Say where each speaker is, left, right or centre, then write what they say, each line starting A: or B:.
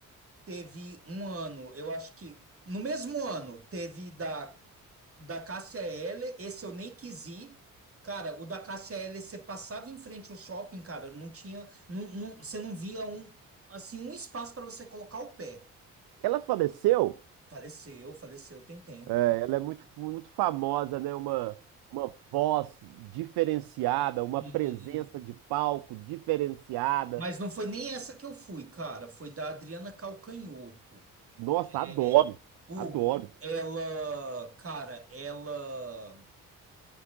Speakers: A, on the right (about 30°); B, on the right (about 60°).
A: teve um ano, eu acho que no mesmo ano teve da, da Cássia Eller, esse eu nem quis ir. Cara, o da Cássia Eller, você passava em frente ao shopping, cara, não tinha, não, não- você não via um, assim, um espaço para você colocar o pé.
B: Ela faleceu,
A: Faleceu, faleceu, tem tempo.
B: é, ela é muito, muito famosa, né? Uma, uma voz diferenciada, uma
A: E-
B: presença de palco diferenciada.
A: Mas não foi nem essa que eu fui, cara. Foi da Adriana Calcanhoto.
B: Nossa, adoro,
A: É, Hugo,
B: adoro.
A: ela, cara, ela,